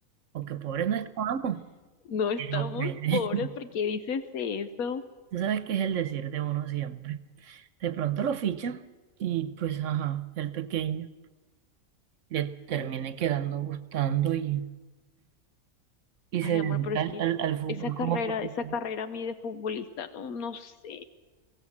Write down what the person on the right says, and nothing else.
porque pobres no estamos.
pero, pues, <laughs>
tú sabes que es el decir de uno siempre. De pronto lo ficha y pues, ajá, el pequeño le termine quedando gustando y, y
se
dedica
al,
al- al fútbol
como profesional.